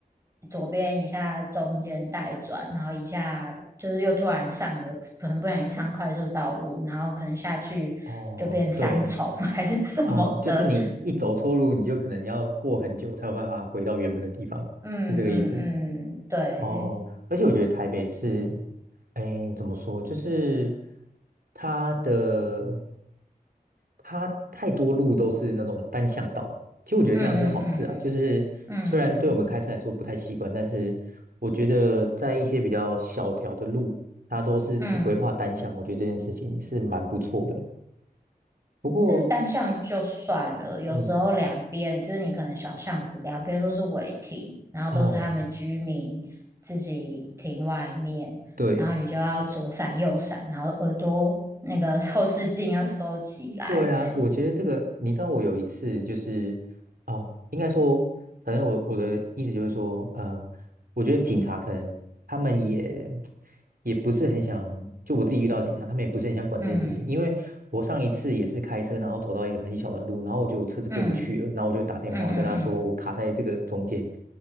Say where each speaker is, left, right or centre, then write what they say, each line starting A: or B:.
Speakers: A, on the right; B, on the right.
A: 左边，一下中间带转，然后一下就是又突然上了，可能不小心上快速道路，然后可能下去就变三重
B: 哦，对，
A: <laughs> 还是什么的，
B: 哦，就是你一走错路，你就可能要过很久才有办法回到原本的地方，
A: 嗯嗯嗯，
B: 是这个意思。
A: 对，
B: 哦，而且我觉得台北是，哎，怎么说，就是它的它太多路都是那种单向道。其实我觉得这样是好事啊，
A: 嗯
B: 就是虽然对我们开车来说不太习惯，
A: 嗯嗯嗯
B: 但是我觉得在一些比较小条的路，它都是只规划单向，
A: 嗯，
B: 我觉得这件事情是蛮不错的。不过，
A: 但是单向就算了，有时候两边就是你可能小巷子两边都是违停，
B: 嗯，
A: 然后都是他们居民自己停外面，
B: 哦，对。
A: 然后你就要左闪右闪，然后耳朵那个 <laughs> 后视镜要收起来，
B: 对啊，我觉得这个，你知道，我有一次就是，哦，应该说，反正我我的意思就是说，嗯、我觉得警察可能他们也也不是很想，就我自己遇到警察，他们也不是很想管这件事情，
A: 嗯
B: 因为我上一次也是开车，然后走到一个很小的路，然后我觉得我车子过不去了，
A: 嗯
B: 然后我就打电话跟他说我卡在这个中间，
A: 嗯嗯嗯